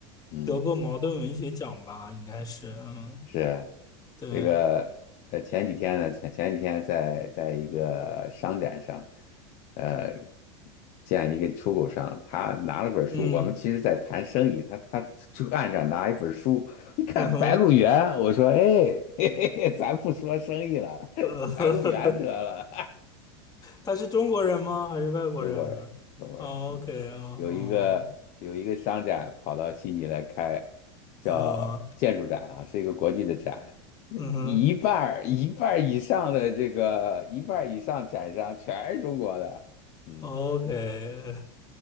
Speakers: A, on the left; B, on the left.
A: 嗯
B: 得过茅盾文学奖吧？应该是，嗯，
A: 是
B: 对，
A: 这个呃，前几天呢，前前几天在在一个商展上，呃，见一个出口商，他拿了本书，
B: 嗯
A: 我们其实在谈生意，他他就岸上拿一本书，一看《白鹿原》，
B: 嗯哼，
A: 我说，哎，<laughs> 嘿嘿嘿，咱不说生意了，
B: 呃，
A: <laughs>《白鹿原》得了，
B: <laughs> 他是中国人吗？还是外国人？
A: <laughs> 中国人，中国人。
B: o k 啊哦
A: 有一个有一个商展跑到悉尼来开，叫建筑展啊，
B: 啊，
A: 是一个国际的展，
B: 嗯哼
A: 一半儿一半儿以上的这个一半儿以上展商全是中国的，嗯，
B: 哦，OK，